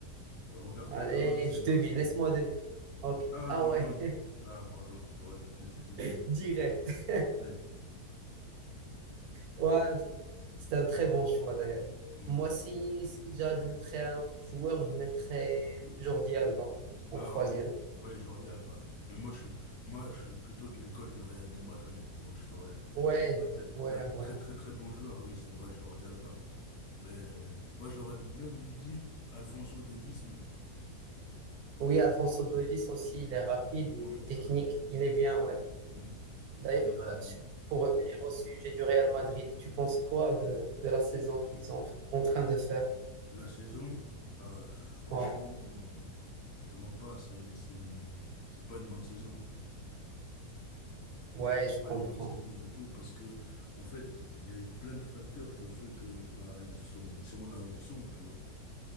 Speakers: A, on the left; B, on the right.
A: Roberto
B: Allez,
A: Carlos et
B: je
A: Marcelo.
B: devine, laisse-moi deviner. Ok.
A: Ah,
B: Ah
A: pardon.
B: ouais,
A: Ah, pardon. J'aurais dû te laisser deviner.
B: <laughs> direct.
A: Oui.
B: Ouais, c'est c'est un très bon choix d'ailleurs.
A: Mm.
B: Moi, si, si j'ajouterais un autre joueur, je mettrais Jordi Alba en
A: Ah
B: troisième.
A: oui. Oui, Jordi Alba. Mais moi, je suis, moi, je suis plutôt de l'école du Real de Madrid. Donc, je t'aurais,
B: Ouais,
A: je sais pas que c'est
B: ouais,
A: c'est un
B: ouais.
A: très, très, très bon joueur. Oui, c'est vrai, Jordi Alba. Mais euh, moi, j'aurais même dit Alfonso Davies même.
B: Oui, Alfonso Davies aussi, il est rapide,
A: Un bon
B: il
A: latéral.
B: est technique, il est bien, ouais.
A: Mm.
B: D'ailleurs,
A: Et euh,
B: euh, pour revenir au sujet du Real Madrid, tu penses quoi de, de la saison qu'ils ont f- en train de faire?
A: la saison, euh, franchement,
B: Ouais,
A: euh, je te mens pas, c'est, c'est une- c'est pas une bonne saison.
B: ouais,
A: C'est
B: je
A: pas
B: comprends.
A: une bonne saison du tout parce que, en fait, il y a eu plein de facteurs qui ont fait que, bah, ils sont, ils sont là où ils sont, tu vois.